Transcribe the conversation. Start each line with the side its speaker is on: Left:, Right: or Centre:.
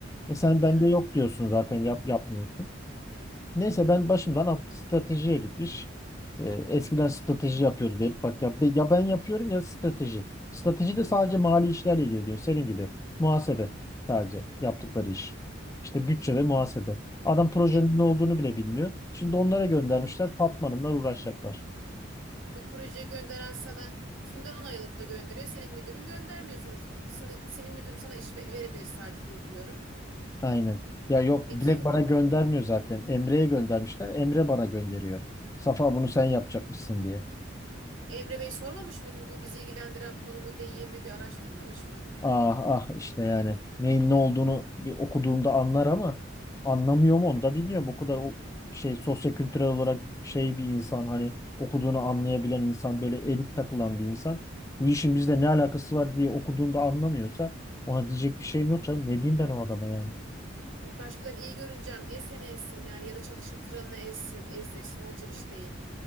Left: E sen
Right: Yani.
Left: bende yok diyorsun zaten yap, yapmıyorsun. Neyse ben başımdan at- stratejiye gitmiş. Ee, eskiden strateji yapıyordu derip bak ya, ya ben yapıyorum ya strateji. Strateji de sadece mali işlerle ilgileniyor. Senin gibi muhasebe sadece yaptıkları iş. İşte bütçe ve muhasebe. Adam projenin
Right: E,
Left: ne olduğunu bile bilmiyor. Şimdi onlara
Right: bu,
Left: göndermişler. Fatma Hanım'la uğraşacaklar.
Right: bu projeyi gönderen sana kimden onay alıp da gönderiyor? Senin müdürün göndermiyor sonuçta. Sana, senin müdürün sana iş ve- verebilir sadece diye biliyorum.
Left: Aynen. Ya yok
Right: E kim
Left: Dilek bana göndermiyor zaten. Emre'ye göndermişler. Emre bana gönderiyor. Safa bunu sen yapacakmışsın diye.
Right: Emre Bey sormamış mı bu bizi ilgilendiren konu mu değil mi bir araştırmamış mı?
Left: Ah ah işte yani neyin ne olduğunu bir okuduğumda anlar ama anlamıyor mu onu da bilmiyorum. O kadar o şey sosyokültürel olarak şey bir insan hani okuduğunu anlayabilen insan böyle elit takılan bir insan. Bu işin bizle ne alakası var diye okuduğunda anlamıyorsa ona diyecek bir şeyim yok canım. Ne diyeyim ben o adama yani?
Right: Yani Başkalarını iyi görüneceğim diye seni ezsin yani ya da çalışatıranını ezsin, ezdirsin olacak iş değil.